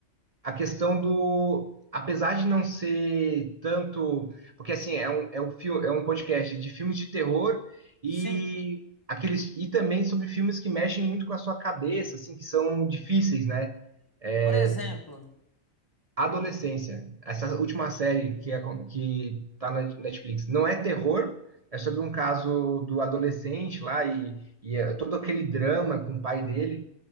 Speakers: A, on the right; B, on the left.
A: a questão do. Apesar de não ser tanto. Porque assim, é um, é um, fil- é um podcast de filmes de terror e
B: Sim.
A: aqueles e também sobre filmes que mexem muito com a sua cabeça, assim, que são difíceis, né? É,
B: Por exemplo,
A: de- adolescência. Essa última série que, é, com- que tá na Netflix não é terror, é sobre um caso do adolescente lá e, e é todo aquele drama com o pai dele